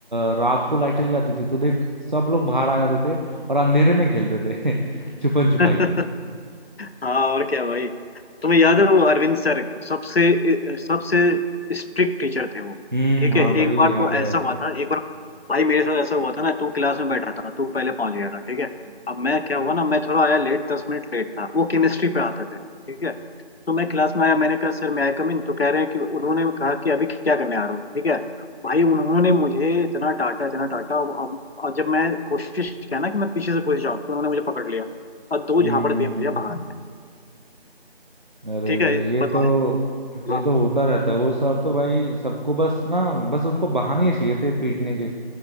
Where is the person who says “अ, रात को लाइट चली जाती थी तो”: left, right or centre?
Right